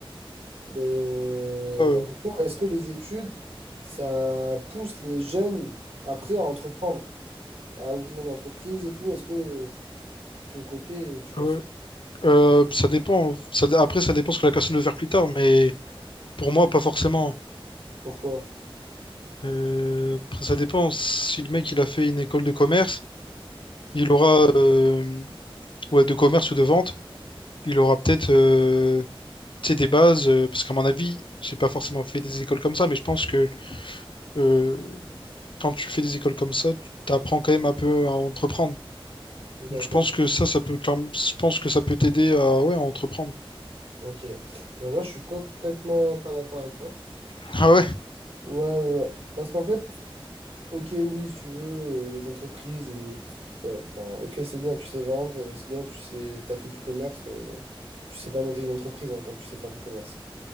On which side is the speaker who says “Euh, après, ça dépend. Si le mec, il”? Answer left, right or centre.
Left